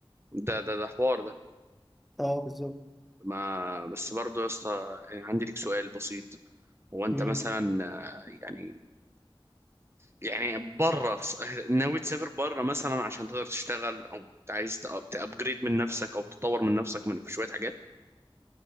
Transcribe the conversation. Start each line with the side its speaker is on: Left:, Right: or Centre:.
Right: ده ده ده حوار ده
Centre: اه بالظبط
Right: ما بس برضه يا اسطى يعني عندي لك سؤال بسيط هو انت
Centre: مم.
Right: مثلا آه، يعني يعني بره ناوي تسافر بره مثلا عشان تقدر تشتغل او عايز تابجريد من نفسك او تطور من نفسك من في شويه حاجات